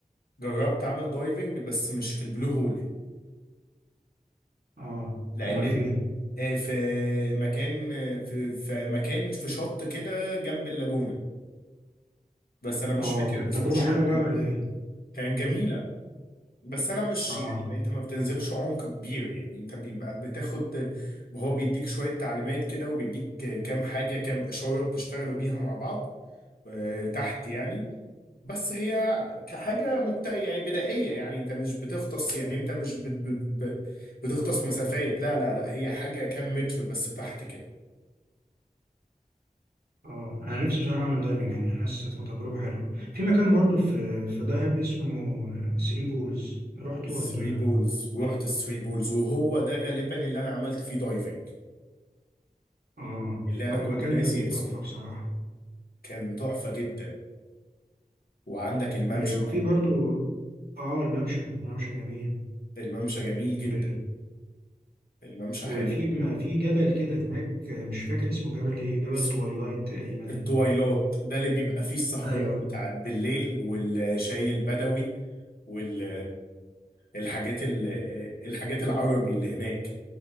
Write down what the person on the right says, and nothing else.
آه
أمال
فين؟
آه
كانت
تجربة
حلوة بقى
ولا إيه؟
آه
اه انا نفسي بصراحه اعمل دايفنج يعني حاسس هتبقى تجربه حلوه
في مكان برضو في في دهب اسمه ثري بولز رحته
ولا
اه
هو
مكان
تحفه بصراحه
آه، وفي برضو اه الممشى الممشى جميل
ب...
وفي
ما في جبل كده هناك آه، مش فاكر اسمه جبل ايه جبل
التوايلايت تقريبا
ايوه